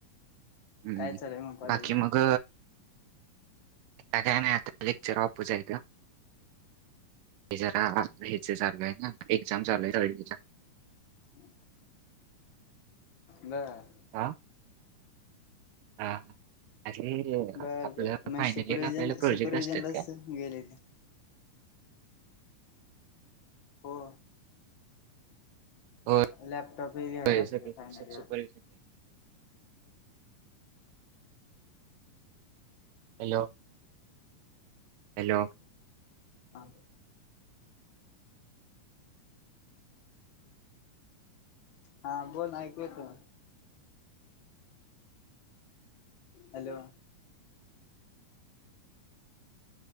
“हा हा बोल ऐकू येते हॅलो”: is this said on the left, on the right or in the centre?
Left